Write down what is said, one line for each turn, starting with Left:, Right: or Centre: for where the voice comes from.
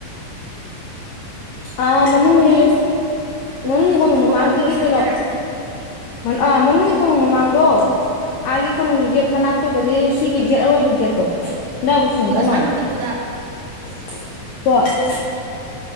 Left: ꯑ ꯃꯅꯨꯡꯒꯤ
Right: ꯀꯣꯅꯨꯡꯗꯩ ꯀꯣꯅꯨꯡꯗꯩ
Left: ꯃꯅꯨꯡꯒꯤ ꯀꯣꯅꯨꯡ
Right: ꯆꯤꯡꯊꯣꯛꯑꯒ
Left: ꯃꯃꯥꯡꯗꯒꯤ
Right: ꯑꯗꯨꯝ ꯂꯣꯏꯁꯤꯜꯂꯤꯖꯥꯔ
Left: ꯀꯩꯅꯣ
Right: ꯁꯤꯅꯤ
Left: ꯑꯥ ꯃꯅꯨꯡꯒꯤ ꯀꯣꯅꯨꯡ ꯃꯃꯥꯡꯗꯣ ꯑꯥꯒꯤ
Right: ꯑꯥ
Left: ꯀꯣꯅꯨꯡꯒꯤ ꯌꯦꯒꯦꯠ ꯃꯅꯥꯛꯇ ꯠꯇꯨꯗꯒꯤ ꯁꯤꯒꯤ ꯒꯦꯠ ꯑꯔꯣꯏꯕ ꯒꯦꯠꯇꯣ ꯑꯗꯨꯗꯥꯏꯕꯨ ꯆꯅꯤꯡꯗꯧ
Right: ꯑꯗꯨ ꯑꯁꯥꯡ
Left: ꯃꯥꯜꯂꯦ
Right: ꯃꯇꯦꯛꯇꯨꯗ
Left: <unintelligible>